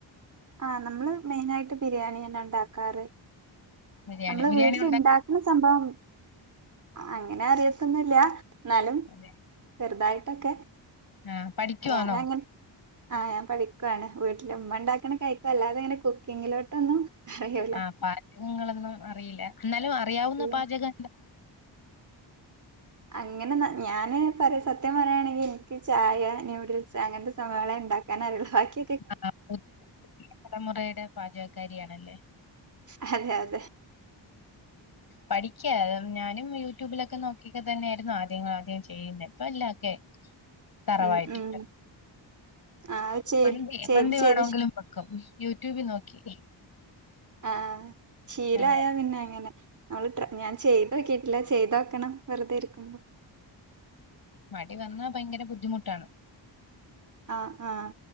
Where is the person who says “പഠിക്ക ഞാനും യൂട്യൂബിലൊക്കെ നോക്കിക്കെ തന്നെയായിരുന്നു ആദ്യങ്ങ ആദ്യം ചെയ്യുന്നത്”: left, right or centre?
Left